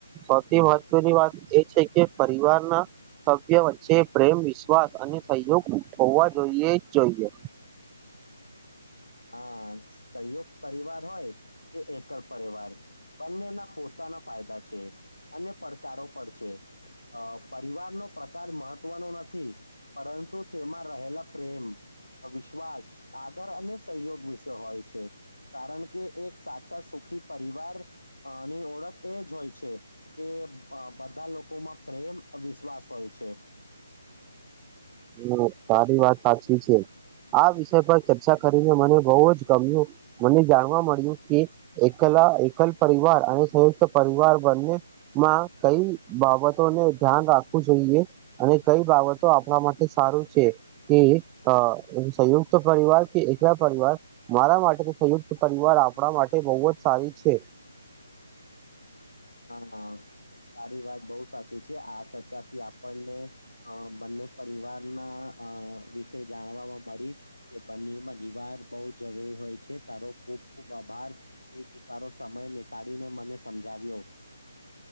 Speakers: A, on the right (about 15°); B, on the left (about 85°).
A: સૌથી મહત્વની વાત એ છે, કે પરિવારના સભ્ય વચ્ચે પ્રેમ, વિશ્વાસ અને સહયોગ હોવા જોઈએ જ જોઈએ
B: હા સંયુક્ત પરિવાર હોય કે એકલ પરિવાર બંનેના પોતાના ફાયદા છે, અને પડકારો પણ છે. અ પરિવારનો પ્રકાર મહત્વનો નથી. પરંતુ તેમાં રહેલા પ્રેમ, વિશ્વાસ, આદર અને સહયોગ વિશે હોય છે, કારણ કે એક સાચા સુખી પરિવાર અની ઓળખ એ જ હોય છે, કે અ બધા લોકોમાં પ્રેમ વિશ્વાસ હોય છે.
A: હ તારી વાત સાચી છે આ વિષય પર ચર્ચા કરીને મને બઉજ ગમ્યું મને જાણવા મળ્યું કે એકલ તા એકલ પરિવાર અને સંયુક્ત પરિવાર બંને માં કઈ બાબતોને ધ્યા ન રાખવું જોઈએ અને કઈ બાબતો આપણા મા ટે સારું છે કે અ સંયુક્ત પરિવાર કે એકલા પરિવાર મારા મા તે તો સંયુક્ત પરિવાર આપડા માટે બવ જ સારી છે
B: હા હા તારી વાત બઉ સાચી છે આ ચર્ચાથી આપણને અ બંને પરિવારના અ વિષય જાણવાવામાં મળી કે બંનેમાં પરિવાર બઉ જરૂરી હોય છે તારો ખુ ખબ ખુબ આભાર એ કે તારો સમય નીકાળીને મને સમજાવ્યો